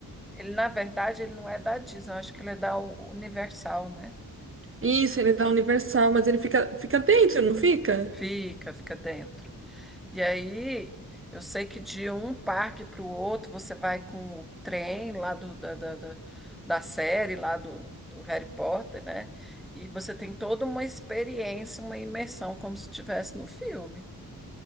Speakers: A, in the centre; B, on the right.
A: Ele, na verdade, ele não é da Disney, eu acho que ele é da U- Universal, né?
B: Isso, ele é da Universal, mas ele fica, fica dentro, não fica?
A: Fica, fica dentro. E aí, eu sei que de um parque para o outro você vai com o trem lá do, da, da, da, da série, lá do, do Harry Potter, né? E você tem toda uma experiência, uma imersão, como se estivesse no filme.